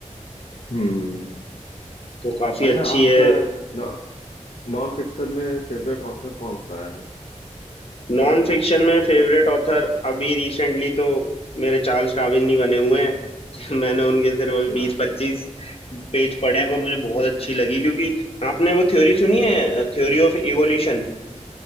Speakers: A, on the left; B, on the left.
A: हम्म हम्म।
B: तो काफी
A: अच्छा
B: अच्छी
A: आपका
B: है
A: नॉ, नॉन फिक्शन में फेवरेट ऑथर कौन सा है
B: नॉन फिक्शन में फेवरेट ऑथर अभी रिसेंटली तो मेरे चार्ल्स डार्विन ही बने हुए हैं <laughs> मैंने उनके सिर्फ
A: अच्छा
B: अभी बीस पच्चीस पेज पढ़े हैं पर मुझे बहुत अच्छी लगी क्योंकि आपने वो थ्योरी सुनी है थ्योरी ऑफ इवोल्यूशन